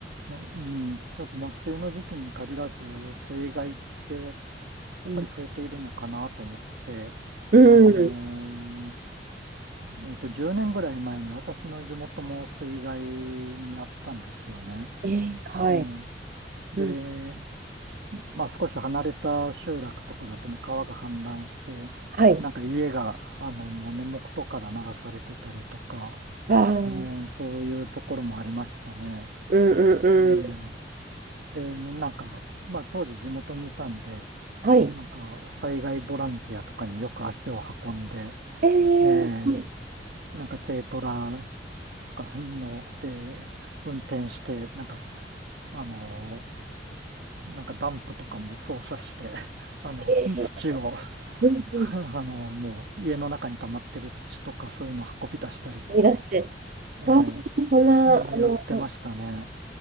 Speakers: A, on the right; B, on the right.
A: やうん。やっぱ、まあ、梅雨の時期に限らず、水害って、や
B: うん。
A: っぱり増えているのかなと思って、
B: うん。
A: あのーえっと、10年ぐらい前に私の地元も水害にあったんですよね。
B: えはい。
A: ええ。で、
B: うん。
A: まあ少し離れた集落とかだともう川が氾濫して、
B: はい。
A: なんか家が、あの、もう根元から流されてたりとか、
B: ああ。
A: えーそういうところもありましたね。
B: うんうんうん。
A: えーで、なんか、まあ当時地元にいたんで、
B: はい。
A: なんか災害ボランティアとかによく足を運んで、
B: え
A: えー
B: ー、
A: なんか軽トラとかので運転して、なんか、あのなんかダンプとかも操作して、<laughs> あの、
B: えー
A: 土を、
B: うんうん。
A: <laughs> あの、もう家の中に溜まってる土とかそういうの運び出したりとか、
B: 飛出して。
A: ええ
B: わあ、そんな、
A: うんやってましたね。
B: あの、